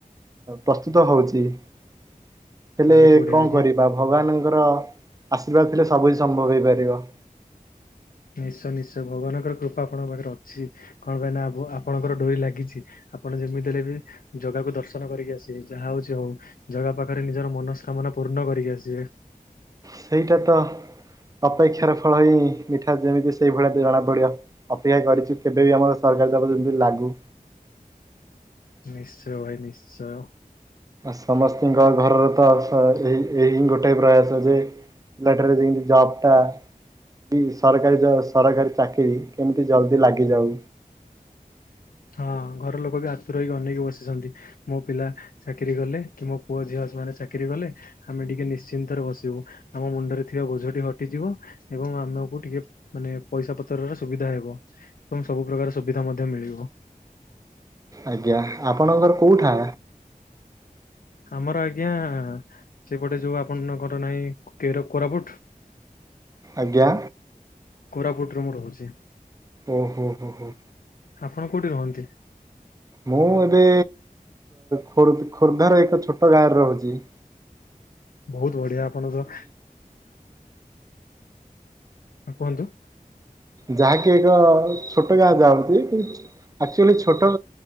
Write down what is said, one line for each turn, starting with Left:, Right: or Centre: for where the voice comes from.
Right: ପ୍ରସ୍ତୁତ ହଉଛି <inaudible> ହେଲେ
Left: ବହୁତ ବଢିଆ
Right: କଣ
Left: ଆଜ୍ଞା
Right: କରିବା ଭଗବାନଙ୍କର ଆଶୀର୍ବାଦ ଥିଲେ ସବୁ ହି ସମ୍ଭବ ହେଇପାରିବ। <inaudible>
Left: ନିଶ୍ଚୟ ନିଶ୍ଚୟ ଭଗବାନଙ୍କର କୃପା ଆପଣଙ୍କ ପାଖରେ ଅଛି କଣ ପାଇଁ ନା ଆପଣଙ୍କର ଡୋରି ଲାଗିଛି। ଆପଣ ଯେମିତି ହେଲେ ବି ଜଗାକୁୁ ଦର୍ଶନ କରିକି ଆସିବେ ଯାହା ହଉଛି ହଉ। ଜଗା ପାଖରେ ନିଜର ମନସ୍କାମନା ପୂର୍ଣ୍ଣ କରିକି ଆସିବେ।
Right: ସେଇଟା ତ ଅପେକ୍ଷାର ଫଳ ହିଁ ମିଠା ଯେମିତି ସେଇ ଭଳିଆ ଜଣା ପଡିବ ଅପେକ୍ଷା କରିଚୁ କେବେ ବି ଆମର ସର <unintelligible> ଯେମତି ଲାଗୁ।
Left: ନିଶ୍ଚୟ ଭାଇ ନିଶ୍ଚୟ।
Right: ସମସ୍ତିଙ୍କ ଘରର ତ ଏଇ ଏହି ଗୋଟେ ପ୍ରୟାସ ଯେ <unintelligible> ଯବ ଟା ବି ସରକାରୀ ସରକାରୀ ଚାକିରିୀ କେମିତି ଜଲ୍ଦୀ ଲାଗିଯାଉ।
Left: ହଁ ଘର ଲୋକ ବି ଆତୁର ହେଇକି ଅନେଇକି ବସିଛନ୍ତି ମୋ ପିଲା ଚାକିରି କଲେ କି ମୋ ପୁଅ ଝିଅ ଚାକିରି କଲେ ଆମେ ଟିକେ ନିଶ୍ଚିନ୍ତରେ ବସିବୁ ଆମ ମୁଣ୍ଡରେ ଥିବା ବୋଝ ହଟିଯିବ ଏବଂ ଆମକୁ ଟିକେ ମାନେ ପଇସା ପତରର ସୁବିଧା ହେବ ଏବଂ ସବୁ ପ୍ରକାର ସୁବିଧା ମଧ୍ୟ ମିଳିବ।
Right: ଆଜ୍ଞା ଆପଣଙ୍କ ଘର କୋଉଠା?
Left: ଆମର ଆଜ୍ଞା ସେପଟେ ଯୋଉ ଆପଣଙ୍କର ନାହିଁ କେର କୋରାପୁଟ।
Right: ଆଜ୍ଞା।
Left: କୋରାପୁଟରୁ ମୁଁ ରହୁଚି।
Right: ଓହୋ ହୋ।
Left: ଆପଣ କୋଉଠି ରହନ୍ତି?
Right: ମୁଁ ଏବେ ଖୋ-ଖୋର୍ଦ୍ଧାର ଏକ ଛୋଟ ଗାଁରେ ରହୁଚି। ହ
Left: ବୋହୁତ ବଢିଆ ଆପଣ ତ ହଁ କୁହନ୍ତୁ।
Right: ଯାହାକି ଏକ ଛୋଟ ଗାଁ ଯାଉଛି କି ଆକଚ୍ୟୁଆଲି ଛୋଟ